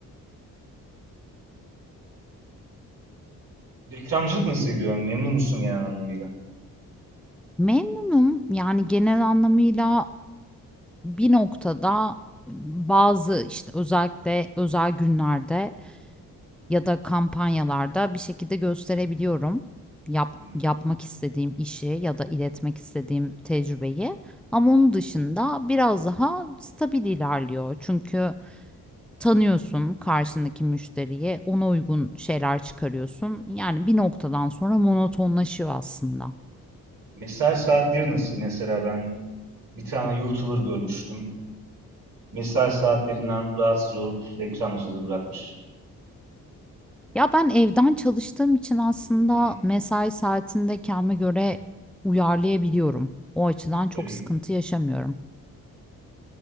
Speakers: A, on the right (about 75°); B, in the centre.
A: Reklamcılık nasıl gidiyor? Yani memnun musun genel anlamıyla?
B: Memnunum. Yani genel anlamıyla bir noktada bazı, işte, özellikle özel günlerde ya da kampanyalarda bir şekilde gösterebiliyorum yap
A: Hmm.
B: yapmak istediğim işi ya da iletmek istediğim tecrübeyi ama onun dışında biraz daha stabil ilerliyor. Çünkü Tanıyorsun karşındaki müşteriye, ona uygun şeyler çıkarıyorsun. Yani bir noktadan sonra monotonlaşıyor aslında.
A: Mesai saatleri nasıl? Mesela ben bir tane YouTuber görmüştüm. Mesai saatlerinden rahatsız olup reklamcılığı bırakmış.
B: Ya ben evden çalıştığım için aslında
A: Hmm,
B: mesai saatinde kendime göre uyarlayabiliyorum. O açıdan çok
A: öyle mi?
B: sıkıntı yaşamıyorum.